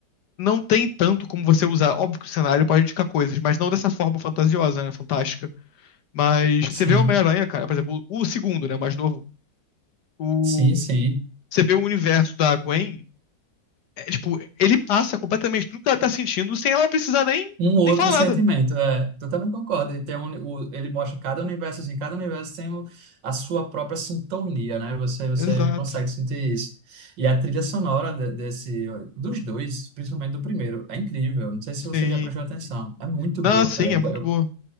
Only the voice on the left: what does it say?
não tem tanto como você usar. Óbvio que o cenário pode indicar coisas, mas não dessa forma fantasiosa, né? Fantástica. Mas você
vê o Homem-Aranha, cara, por exemplo, o o segundo, né, o mais novo, o...
você vê o universo da Gwen, é, tipo, ele passa completamente tudo que ela tá sentindo sem ela precisar nem,
nem falar
nada.
Exato,
sim.
Não,
sim,
é muito
boa.